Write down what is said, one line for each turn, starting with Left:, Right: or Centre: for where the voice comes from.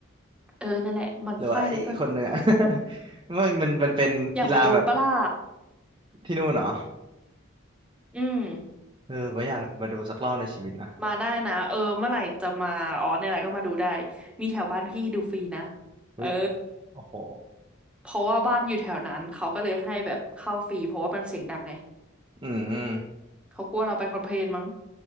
Centre: เออนั่นแหละหมันไส้แล้วก็โอ๊ย
Right: หรือว่าไอ้คนหนึ่งอะ <laughs> มันมันมันเป็นกีฬาแบบ
Centre: อยากมาดูปะล่ะ
Right: ที่นู่นเหรอ
Centre: อืม
Right: เออก็อยากมาดูสักรอบในชีวิตนะ
Centre: มาได้นะเออเมื่อไหร่จะมาอ๋อเนี่ยแหละก็มาดูได้มีแถวบ้านพี่ดูฟรีนะ
Right: เฮ้ย
Centre: เออ
Right: โอ้โห
Centre: เพราะว่าบ้านอยู่แถวนั้นเขาก็เลยให้แบบเข้าฟรีเพราะว่ามันเสียงดังไง
Right: อืม
Centre: เขากลัวเราไปคอมเพลนมั้ง